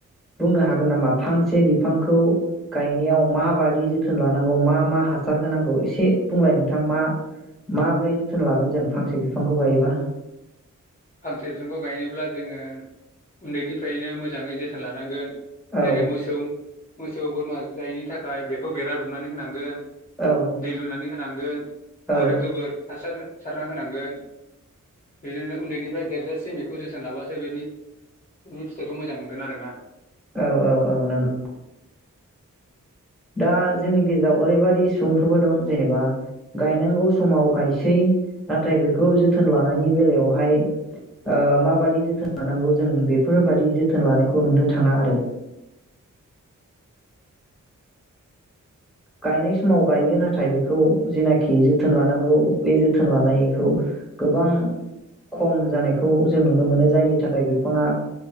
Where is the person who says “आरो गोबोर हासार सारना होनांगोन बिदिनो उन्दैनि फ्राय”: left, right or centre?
Left